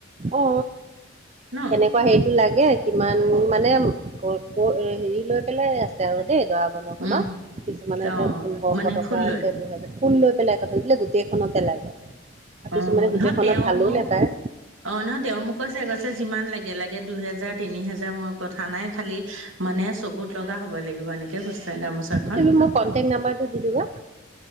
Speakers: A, on the right; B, on the right.
A: অ
B: ন
A: কেনো হেৰিতটো লাগে কিমান মানে ক হেৰি লৈ পেলাই আছে আৰু দেই দৰা বন খনত
B: উম
A: কিছুমানৰ
B: অ
A: এতিয়া পোন্ধশ
B: মানে
A: টকা
B: ফুল লৈ
A: আছে দুহেজাৰ ফুল লৈ পেলাই কথা বোলে গোটেইখনতে লাগে আৰু
B: অ
A: কিছুমানে গোটেইখনত
B: নহয় তেওঁ
A: ভালো
B: মোক
A: নেপায়
B: অ নহ তেওঁ মোক কৈছে কৈছে যিমান লাগে লাগে দুহেজাৰ তিনি হোজাৰ মোৰ কথা নাই খালি মানে চকুত লগা হ'ব লাগিব এনেকে কৈছে টে গামোচা খন
A: তুমি মোক কন্টেক্ট নাম্বাৰটো দি দিবা